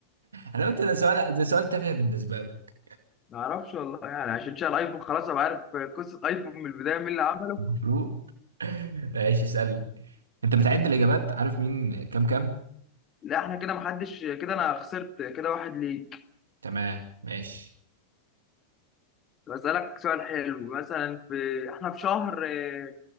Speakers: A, on the right (about 70°); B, on the left (about 25°).
A: انا قلت ده سؤال ده سؤال تافه بالنسبه لك
B: ما اعرفش والله يعني عشان شايل ايفون خلاص ابقى عارف قصه ايفون من البدايه مين اللي عمله
A: المفروض <laughs> ماشي اسالني انت بتعد الاجابات عارف مين كام كام
B: لا احنا كده محدش كده انا خسرت كده واحد ليك
A: تمام ماشي
B: بسالك سؤال حلو مثلا في احنا في شهر آه،